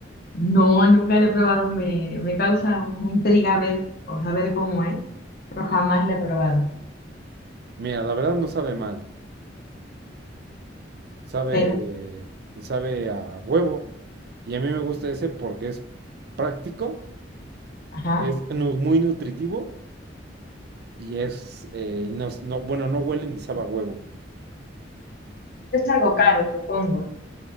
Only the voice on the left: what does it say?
No, nunca lo he probado, me, me causa una intriga ver o saber cómo es, pero jamás lo he probado.
Pero,
ajá,
es algo caro, supongo. ¿no?